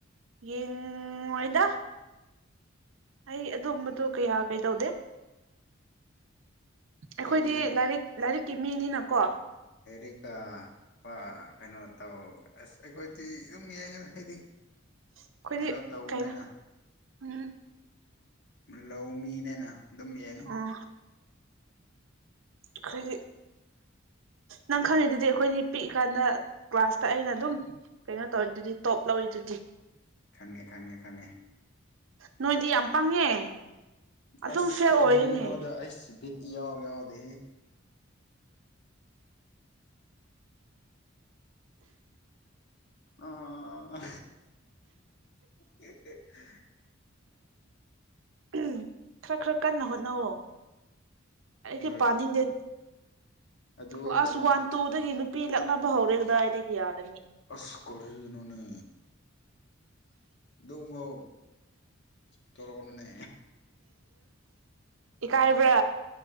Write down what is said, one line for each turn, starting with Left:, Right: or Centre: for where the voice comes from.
Right: ꯌꯦꯡꯉꯣꯏꯗ ꯑꯩ ꯑꯗꯨꯝꯕꯗꯣ ꯀꯌꯥ ꯀꯩꯗꯧꯗꯦ ꯑꯩꯈꯣꯏꯗꯤ
Left: ꯑꯩꯗꯤ
Right: ꯂꯥꯏꯔꯤꯛ ꯂꯥꯏꯔꯤꯛꯀꯤ ꯃꯤꯅꯤꯅꯀꯣ
Left: ꯂꯥꯏꯔꯤꯛꯀꯥ ꯄꯥ ꯀꯩꯅꯣ ꯇꯧ ꯑꯁ ꯑꯩꯈꯣꯏꯗꯤ ꯑꯗꯨꯝ ꯌꯦꯡꯉꯦꯗ ꯍꯥꯏꯗꯤ
Right: ꯑꯩꯈꯣꯏꯗꯤ
Left: ꯀꯩꯅꯣ ꯇꯧꯕꯅꯤꯅ
Right: ꯀꯩꯅꯣ ꯎꯝ
Left: ꯂꯧꯃꯤꯅꯦꯅ ꯑꯗꯨꯝ ꯌꯦꯡꯉꯤ
Right: ꯑꯣ ꯑꯩꯈꯣꯏꯗꯤ ꯅꯪ ꯈꯪꯉꯤꯗꯨꯗꯤ ꯑꯩꯈꯣꯏꯅꯤ ꯄꯤꯛꯏꯀꯥꯟꯗ ꯀ꯭ꯂꯥꯁꯇ ꯑꯩꯅ ꯑꯗꯨꯝ ꯀꯩꯅꯣ ꯇꯧꯔꯤꯗꯨꯗꯤ ꯇꯣꯞ ꯂꯧꯔꯤꯗꯨꯗꯤ
Left: ꯈꯪꯉꯦ ꯈꯪꯉꯦ ꯈꯪꯉꯦ
Right: ꯅꯣꯏꯗꯤ ꯌꯥꯝ ꯄꯪꯉꯦ ꯑꯗꯨꯝ
Left: ꯑꯁ
Right: ꯐꯦꯜ
Left: ꯀꯔꯤꯅꯣꯗ
Right: ꯑꯣꯏꯌꯦꯅꯦ
Left: ꯑꯩꯁ ꯕꯤꯠ ꯏꯌꯥꯎ ꯌꯥꯎꯗꯦꯍꯦ ꯑꯥ <unintelligible>
Right: ꯎ ꯈꯔ ꯈꯔ ꯀꯟꯅ ꯍꯣꯠꯅꯋꯣ ꯂꯥꯏꯔꯤꯛꯇꯤ
Left: ꯍꯣꯏ
Right: ꯄꯥꯅꯤꯡꯗꯦ
Left: ꯑꯗꯨ
Right: ꯀ꯭ꯂꯥꯁ
Left: ꯀꯩꯅꯣ
Right: ꯋꯥꯟ ꯇꯨꯗꯒꯤ ꯅꯨꯄꯤ ꯂꯛꯅꯕ ꯍꯧꯔꯦ ꯀꯗꯥꯏꯗꯒꯤ ꯌꯥꯔꯅꯤ
Left: ꯑꯁ ꯀꯔꯤꯅ‌ꯣꯅꯦ ꯑꯗꯨꯒꯨꯝꯕ ꯇꯧꯔꯛꯀꯅꯨꯅꯦ
Right: ꯏꯀꯥꯏꯕ꯭ꯔꯥ